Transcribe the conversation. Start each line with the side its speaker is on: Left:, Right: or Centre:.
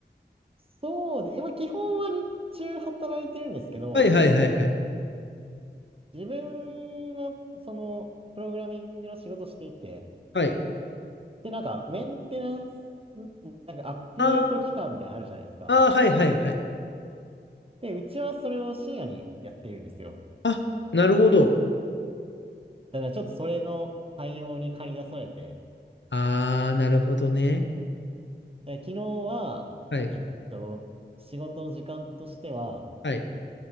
Right: そうで、今基本は日中働いてるんですけど、
Left: はいはいはいはい。
Right: 自分は、その、プログラミングの仕事していて、
Left: はい。
Right: で、なんか、メンテナンス、なんかアップデート期間みたいなのあるじゃないですか。
Left: あーあー、はいはいはい。
Right: で、うちはそれを深夜にやってるんですよ。
Left: あ、なるほど。
Right: だからちょっとそれの対応に駆り出されて、
Left: ああ、なるほどね。
Right: で昨日は、
Left: はい。
Right: えっと、仕事の時間としては、
Left: はい。